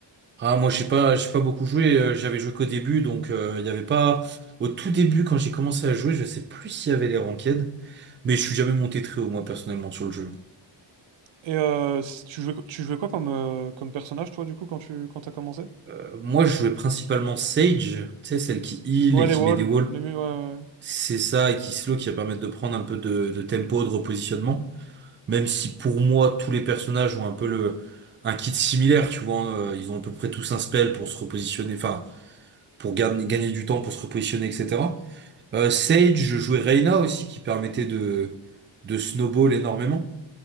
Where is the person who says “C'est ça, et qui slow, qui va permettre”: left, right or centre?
Right